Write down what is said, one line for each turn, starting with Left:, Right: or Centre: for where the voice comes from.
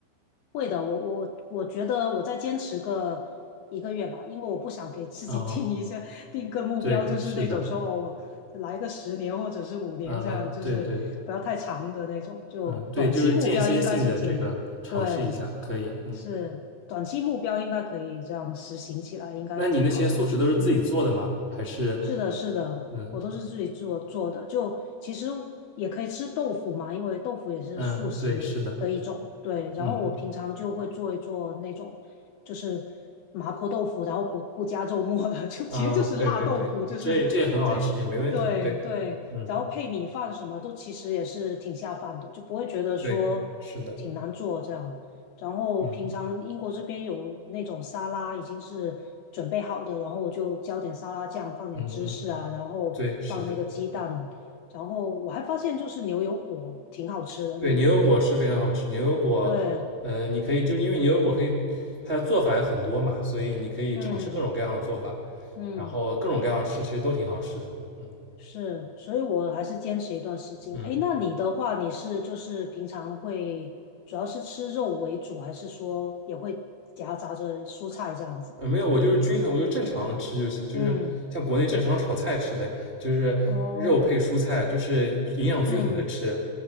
Left: 会的。我我我觉得我再坚持个一个月吧，因为我不想给自己定一些定个目标，
Right: 哦，对，
Left: 就是那种说哦，
Right: 是的，
Left: 来个十年或者是五年这样，
Right: 呃，
Left: 就是不要太长的那种。
Right: 对对，
Left: 就短期目标应该是挺，
Right: 嗯，对，就是间歇性的这个尝试一下，
Left: 对，
Right: 可以。嗯，
Left: 是短期目标应该可以这样实行起来，应该挺好的。
Right: 那你那些素食都是自己做的吗？
Left: 嗯。
Right: 还是
Left: 是的，是的，
Right: 嗯
Left: 我都是自己做做的。就其实也可以吃豆腐嘛，因为豆腐也是素食的一种。
Right: 嗯，对，是的，
Left: 对，然后我平常就会做一做那种，
Right: 嗯
Left: 就是麻婆豆腐，然后不不加肉末的，就其实就是辣豆腐，
Right: 啊，对对对，
Left: 就是这对对，
Right: 这这也很好吃，也没问题。对，嗯，
Left: 然后配米饭什么都其实也是挺下饭的，就不会觉得说挺难做这样。
Right: 对，是的，
Left: 然后平常英国这边有那种沙拉已经是准备好的，
Right: 嗯
Left: 然后我就浇点沙拉酱，放点芝士啊，
Right: 嗯嗯，
Left: 然后放那个鸡蛋，
Right: 对，是的，
Left: 然后我还发现就是牛油果挺好吃的。
Right: 对，
Left: 你你
Right: 牛油果是非常好吃。牛油果，
Left: 对，
Right: 呃，你可以就是因为牛油果可以，它的做法有很多嘛，所以你可以尝试各种各样的做法，
Left: 嗯嗯，
Right: 然后各种各样的吃，其实都挺好吃的。嗯
Left: 是，所以我还是坚持一段时间。
Right: 嗯。
Left: 哎，那你的话，你是就是平常会主要是吃肉为主，还是说也会夹杂着蔬菜这样子？
Right: 呃，没有，我就是均衡，我就正常吃就行，就是像国内正常炒菜吃呗，
Left: 嗯，
Right: 就是肉配蔬菜，
Left: 哦，
Right: 就是营养均衡的吃，
Left: 嗯。